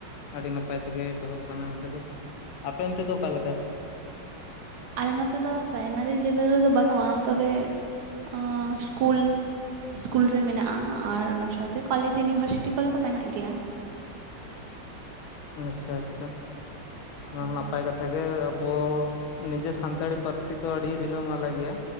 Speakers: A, on the left; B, on the right.
A: ᱟᱹᱰᱤ ᱱᱟᱯᱟᱭ ᱛᱮᱜᱮ ᱮᱚᱦᱚᱵ ᱟᱠᱟᱱᱟ ᱱᱚᱛᱮ ᱫᱚ ᱟᱯᱲ ᱚᱱᱛᱮ ᱫᱚ ᱚᱠᱟ ᱟᱞᱠᱟ
B: ᱚᱠᱟ ᱞᱮᱠᱟ ᱟᱞᱮ ᱱᱚᱛᱮ ᱫᱚ ᱯᱨᱟᱭᱢᱟᱨᱤ ᱞᱮᱵᱮᱞ ᱨᱮᱫᱚ ᱵᱟᱹᱱᱩᱜᱼᱟ ᱛᱚᱵᱮ ᱟᱜ ᱠᱩᱞ ᱤᱥᱠᱩᱞ ᱨᱮ ᱢᱮᱱᱟᱜᱼᱟ ᱟᱨ ᱚᱱᱟ ᱥᱟᱶᱛᱮ ᱠᱚᱞᱮᱡᱽ ᱤᱭᱩᱱᱤᱵᱷᱟᱨᱥᱤᱴᱤ ᱠᱚᱨᱮ ᱛᱚ ᱢᱮᱱᱟᱜ ᱜᱮᱭᱟ
A: ᱟᱪᱪᱷᱟ ᱟᱪᱪᱷᱟ ᱚᱱᱟ
B: ᱦᱮᱸ
A: ᱦᱚ ᱱᱟᱯᱟᱭ ᱠᱟᱛᱷᱟ ᱜᱮ ᱟᱵᱚ ᱱᱤᱡᱮ ᱥᱟᱱᱛᱟᱲᱤ ᱯᱟᱹᱨᱥᱤ ᱫᱚ ᱟᱹᱰᱤ ᱨᱤᱞᱟᱹᱢᱟᱞᱟ ᱜᱮᱭᱟ